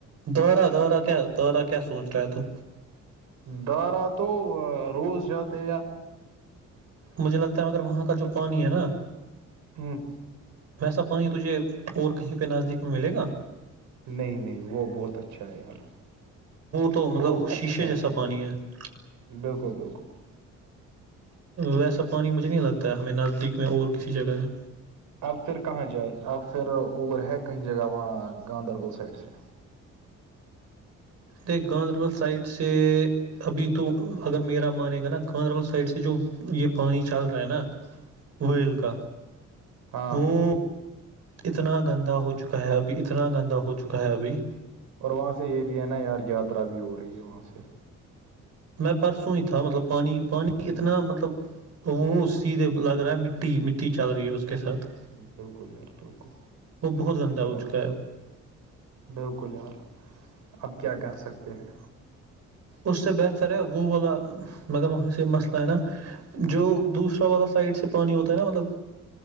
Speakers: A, on the right; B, on the right.
A: درا دہرہ کیا دہرہ کیا سوچ رہا ہے تو
B: دارا تو روز جاتے
A: مجھے لگتا ہے مگر وہاں کا جو پانی ہے نا
B: ہوں
A: ویسا پانی تجھے اور کہیں پہ نزدیک میں ملے گا
B: نہیں نہیں وہ بہت اچھا ہے یار
A: تو مطلب
B: وہ
A: شیشے
B: اچھا
A: جیسا
B: ہے ہاں
A: پانی ہے
B: بالکل بالکل
A: ویسا پانی مجھے نہیں لگتا ہے ہمیں نزدیک میں اور کسی جگہ ہے
B: اب پھر کہاں جائ اب پھر اور ہے کہیں جگہ وہاں گاندربل سائڈ سے
A: نہیں گاندربل سائڈ سے ابھی تو اگر میرا مانے گا نا گاندربل سائڈ سے جو یہ پانی چل رہا ہے نا
B: <inaudible>
A: ویل کا
B: ہاں
A: وہ اتنا گندا ہو چکا ہے ابھی اتنا گندا ہو چکا ہے ابھی
B: اور وہاں سے یہ بھی ہے نا یار یاترا بھی ہو رہی ہے وہاں سے
A: میں پرسوں ہی تھا مطلب پانی پانی اتنا
B: ہ
A: مطلب وہ سیدھے لگ رہا ہے مٹی مٹی چل رہی ہے اس کے ساتھ
B: ج بالکل یار بالکل
A: وہ بہت گندا ہو
B: واہ
A: چکا ہے
B: بالکل یار اب کیا کر سکتے ہیں
A: اس سے بہتر ہے وہ بولا مگر وہاں سے مسئلہ ہے نا جو دوسرا والا سائڈ سے پانی ہوتا ہے نا مطلب